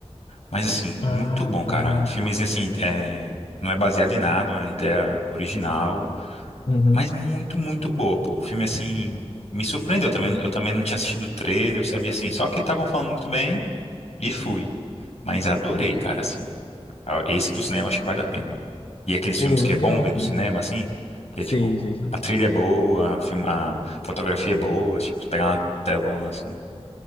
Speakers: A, on the left; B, on the left.
A: Mas assim,
B: Ah,
A: muito bom, cara.
B: tá.
A: Filmezinho assim, é, não é baseado em nada, é uma ideia original,
B: Uhum.
A: mas muito, muito boa, pô. o Filme assim, me surpreendeu também. Eu também não tinha assistido o trailer, eu sabia assim, só que estavam falando muito bem e fui. Mas adorei, cara, assim. Ah, Esse pro cinema acho que vale a pena. E aqueles
B: Pô,
A: filmes
B: legal,
A: que é bom ver
B: cara.
A: no cinema, assim, que
B: Sei,
A: é tipo,
B: sei, sei.
A: a trilha é boa, a, film- a fotografia é boa, tipo, pegar uma telona assim,